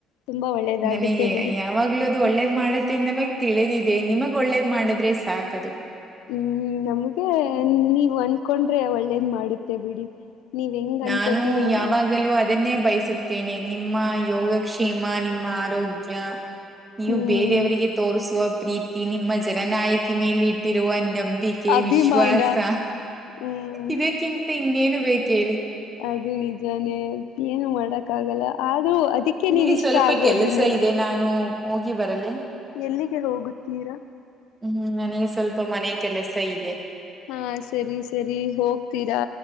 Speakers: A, on the left; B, on the right.
A: ತುಂಬಾ ಒಳ್ಳೇದಾಗುತ್ತೆ
B: ನನಗೆ
A: ಬಿಡಿ
B: ಯಾವಾಗ್ಲೂ ಅದು ಒಳ್ಳೇದ್ ಮಾಡತಿಿಂದ ಮ ತಿಳಿದಿದ ಅೇ ನಿಮಗ್ ಒಳ್ಳೇದ್ ಮಾಡಿದ್ರೆ ಸಾಕದು
A: ಹ್ಮ್ ನಮ್ಗೆ ನೀವ ಅನ್ಕೊಂಡ್ರೆ ಒಳ್ಳೇದ್ ಮಾಡುತ್ತೆ ಬಿಡಿ ನೀವ್ ಹೆಂಗ್ ಅನ್ಕೋತಿರೋ
B: ನಾನು
A: ಹಂಗೆ
B: ಯಾವಾಗಲೂ ಅದನ್ನೇ ಬಯಸುತ್ತ ೇನೆ ನಿಮ್ಮ ಯೋಗಕ್ಷ್ೇಮ ನಿಮ್ಮ ಆರೋಗ್ಯ ನೀವು
A: ಹ್ಮ್
B: ಬೇರೆಯವರಿಗೆ ತೋರಿಸುವ ಪ್ರೀತಿ ನಿಮ್ಮ ಜನನಾಯಕಿ ಮೇಲೆ ಇಟ್ಟಿರುವ ನಂಬಿಕೆ
A: ಅಭಿಮಾನ
B: ವಿಶ್ವಾಸ
A: ಹ್ಮ್
B: ಇದಕ್ಕಿಂತ ಇನ್ನೇನು ಬೇಕ್ ಹೇಳಿ.
A: ಅದು ನಿಜಾನೇ ಏನು ಮಾಡಕ್ ಆಗಲ್ಲ ಆದ್ರೂ ಅದಕ್ಕೆ
B: ನನಗೆ
A: ನೀವ್ ಇಷ್ಟ
B: ಸ್ವಲ್ಪ
A: ಆಗೋದು
B: ಕೆಲಸ
A: ನಂಗೆ
B: ಇದೆ ನಾನು ಹೋಗಿ ಬರಲ್ಲ
A: ಎಲ್ಲಿಗೆ ಹೋಗುತ್ತೀರಾ
B: ಹ್ಮ್ ನನಗೆ ಸ್ವಲ್ಪ ಮನೆ ಕೆಲಸ ಇದೆ
A: ಹಾ ಸರಿ ಸರಿ ಹೋಗ್ತೀರಾ